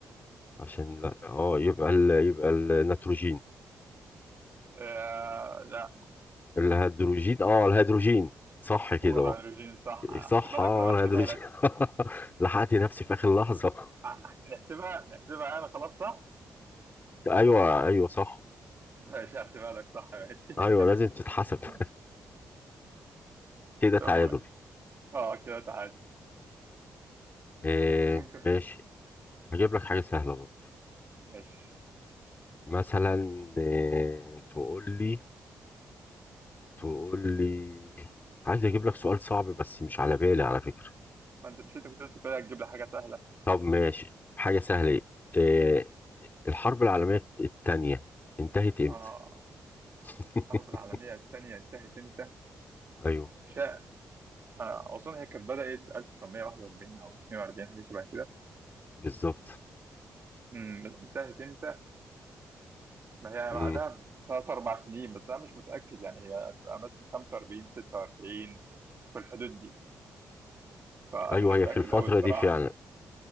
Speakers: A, on the left; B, on the right.
A: عشان لا اه يبقى ال... يبقى النيتروجين
B: آه لا
A: الهيدروجين اه الهيدروجين صح كده
B: هو الهيدروجين
A: اه
B: صح احسبها
A: صح
B: لك
A: اه
B: ولا ما احسبها
A: الهيدروجين
B: لك
A: <laughs> لحقت نفسي في اخر لحظه
B: أح- أح- نحسبها نحسبها انا خلاص صح
A: ايوه ايوه صح
B: ماشي احسبها لك صح ماشي
A: ايوه لازم تتحسب
B: <laughs>
A: <laughs> كده
B: طب
A: تعادل
B: اه كده تعال
A: آه
B: ممكن
A: ماشي هجيب لك حاجه سهله برضه
B: ماشي
A: مثلا آه، تقول لي تقول لي عايز اجيب لك سؤال صعب بس مش على بالي على فكرة
B: ما انت مش انت كنت لسه بتقول هتجيب لي حاجه سهله
A: طب ماشي حاجة سهلة آه، الحرب العالمية التانية انتهت امتى؟
B: اه
A: <laughs>
B: الحرب العالمية الثانية انتهت امتى؟
A: ايوه
B: شاء آه، أظن هي كانت بدأت 1941 أو 42 حاجة شبه كده
A: بالظبط
B: أمم، انتهت امتى؟ ما هي
A: مم.
B: بعدها بثلاث أربع سنين بس أنا مش متأكد يعني هي هتبقى مثلا 45 46 في الحدود دي فمش
A: ايوه هي
B: متأكد
A: في الفترة
B: أوي الصراحة
A: دي فعلا